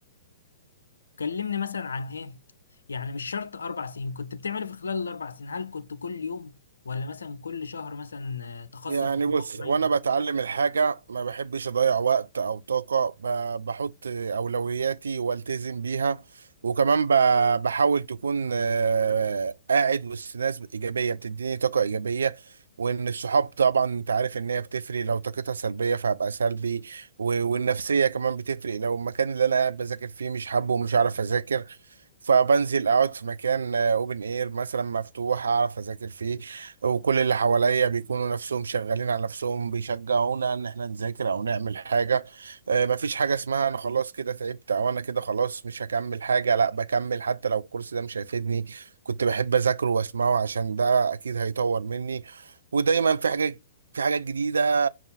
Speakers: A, on the left (about 70°); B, on the right (about 65°).
A: كلمني مثلا عن ايه يعني مش شرط اربع سنين كنت بتعمل إيه في خلال الاربع سنين هل كنت كل يوم ولا مثلا كل شهر مثلا آه، تخصص
B: يعني
A: في
B: بص
A: موضوع معين
B: وانا بتعلم الحاجة ما بحبش اضيع وقت او طاقة ب- بحط اولوياتي والتزم بيها وكمان ب- بحاول تكون آه، قاعد وسط ناس ايجابية بتديني طاقة ايجابية وان الصحاب طبعا انت عارف ان هي بتفرق لو طاقتها سلبية فهبقى سلبي و- والنفسية كمان بتفرق لو المكان اللي انا قاعد بذاكر فيه مش حابه ومش عارف اذاكر فبنزل اقعد في مكان اوبن اير مثلا مفتوح اعرف اذاكر فيه وكل اللي حواليا بيكونوا نفسهم شغالين على نفسهم بيشجعونا ان احنا نذاكر او نعمل حاجه آه، مفيش حاجه اسمها انا خلاص كده تعبت او انا كده خلاص مش هكمل حاجه لا بكمل حتى لو الكورس ده مش هيفيدني كنت بحب اذاكره واسمعه عشان ده اكيد هيطور مني ودايما في حاجه في حاجات جديده